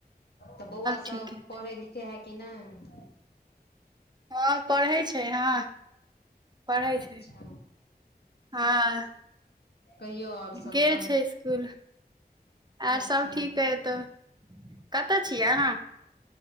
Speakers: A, on the left; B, on the right.
A: तऽ बौआ
B: ठीक
A: सब
B: अइ
A: पढ़ै लिखै है कि नहि?
B: हँ पढ़ै छै हँ पढ़ै
A: अच्छा
B: छै। हँ,
A: कहियौ आओर सब
B: गेल
A: तऽ
B: छै स्कुल। आर
A: अच्छा
B: सब ठीक अइ एतौ, कतऽ छिय अहाँ?